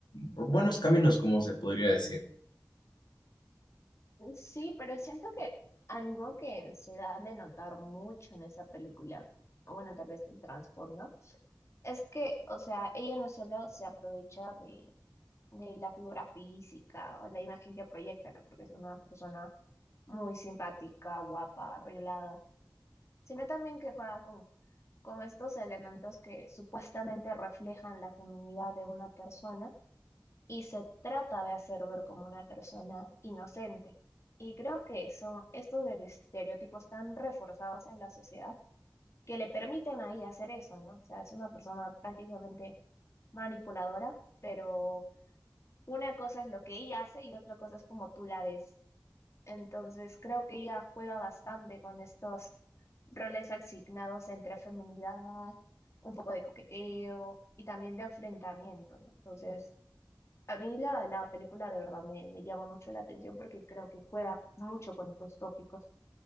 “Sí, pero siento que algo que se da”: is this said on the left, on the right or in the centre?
Left